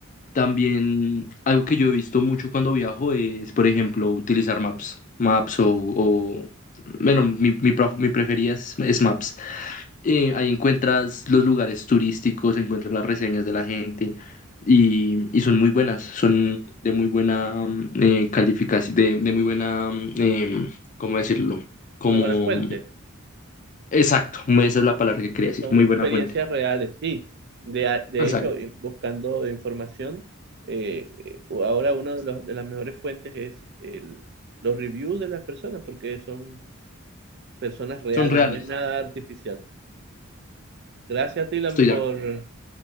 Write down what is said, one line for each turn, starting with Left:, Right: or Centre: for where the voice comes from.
Left: también algo que yo he visto mucho cuando viajo es, por ejemplo, utilizar Maps. Maps o, o- bueno, mi, mi, prof- mi preferida es, es Maps. Eh, ahí encuentras los lugares turísticos, encuentras las reseñas de la gente y, y son muy buenas, son de muy buena calificación, de, de muy buena, eh, ¿cómo decirlo? Como,
Right: Una buena fuente.
Left: exacto, esa es la palabra que quería decir,
Right: Son
Left: muy
Right: experiencias
Left: buena fuente.
Right: reales, sí. De, a- de
Left: Exacto,
Right: hecho, eh, buscando información, eh, eh, ahora una de, los- de las mejores fuentes es el- los reviews de las personas, porque son personas reales,
Left: son reales,
Right: no es nada artificial. Gracias, Tilan,
Left: estoy
Right: por,
Left: ya.